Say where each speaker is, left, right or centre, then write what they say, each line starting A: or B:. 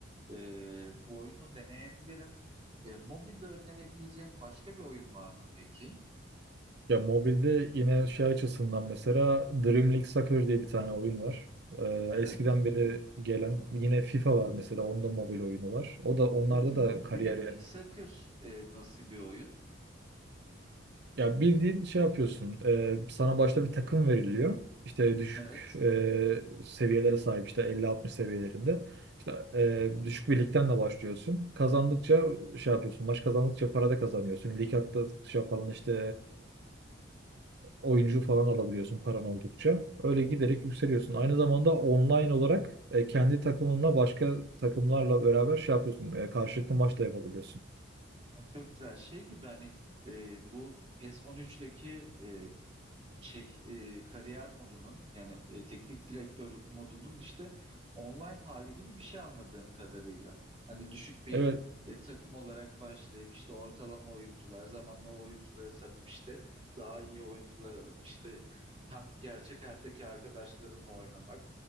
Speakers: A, on the right; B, on the right.
A: e, bu oyunu deneyebilirim. E, mobilde önerebileceğin başka bir oyun var mı peki?
B: Ya mobilde yine şey açısından mesela Dream League Soccer diye bir tane oyun var. Ee,
A: Evet.
B: eskiden beri gelen yine FIFA var mesela onun da mobil oyunu var. O da onlarda
A: Peki
B: da
A: bu
B: kariyer
A: Dream League Soccer e, nasıl bir oyun?
B: Ya bildiğin şey yapıyorsun. e, sana başta bir takım veriliyor. İşte düşük
A: Evet.
B: e, seviyelere sahip işte elli altmış seviyelerinde. İşte e, düşük bir ligden de başlıyorsun. Kazandıkça şey yapıyorsun. Maç kazandıkça para da kazanıyorsun. Lig atladıkça falan işte e, oyuncu falan alabiliyorsun paran oldukça. Öyle giderek yükseliyorsun. Aynı zamanda online olarak e, kendi takımınla başka takımlarla beraber şey yapıyorsun. E, karşılıklı maç da yapabiliyorsun.
A: O Çok güzel şey gibi hani e, bu PES 13'teki şey e, kariyer modunun yani e, teknik direktörlük modunun işte online hali gibi bir şey anladığım kadarıyla. Hani düşük bir
B: Evet.
A: e, takım olarak başlayıp işte ortalama oyuncular zamanla o oyuncuları satıp işte daha iyi oyuncular alıp işte hem gerçek hayattaki arkadaşlarınla oynamak